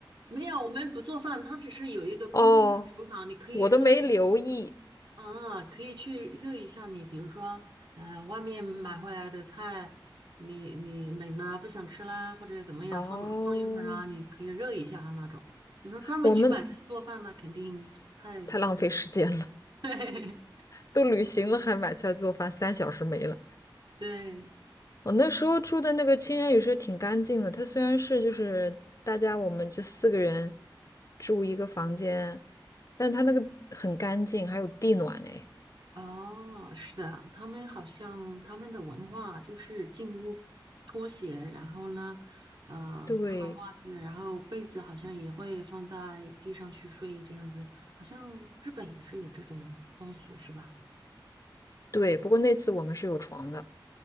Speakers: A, on the right; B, on the left.
A: 没有，我们不做饭，它只是有一个公共的厨房，
B: <laughs> 哦，
A: 你可以热。
B: 我都没留意。
A: 啊，可以去热一下你，比如说，呃，外面买回来的菜，你你冷啦，不想吃啦，或者怎么样，
B: 哦，
A: 放放一会儿啊，你可以热一下啊那种。你说专门去买菜做饭，
B: 我们
A: 那肯定太太
B: 太浪费时间了，
A: <laughs> 对
B: 都旅行了还买菜做饭，三小时没了。
A: 对，
B: 我那时候住的那个青年旅社挺干净的，它虽然是就是大家我们就四个人住一个房间，但它那个很干净，还有地暖哎。
A: 哦，是的，他们好像他们的文化就是进屋脱鞋，然后呢，呃，
B: 对
A: 穿袜子，然后被子好像也会放在地上去睡，这样子，好像日本也是有这种风俗，是吧？
B: 对，不过那次我们是有床的，